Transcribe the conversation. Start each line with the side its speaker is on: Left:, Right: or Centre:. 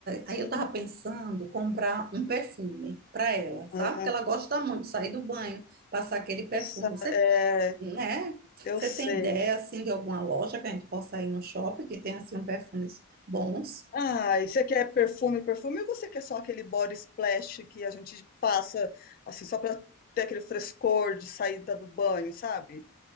Left: Sim.
Right: Aí eu tava pensando comprar um perfume para ela, sabe?
Left: Aham.
Right: Porque ela gosta muito de sair do banho, passar aquele
Left: Nossa,
Right: perfume. Você
Left: é,
Right: né?
Left: eu
Right: Você
Left: sei.
Right: tem ideia assim de alguma loja que a gente possa ir no shopping que tenha assim um perfumes bons?
Left: Ah, e você quer perfume, perfume, ou você quer só aquele body splash que a gente passa assim só pra ter aquele frescor de saída do banho, sabe?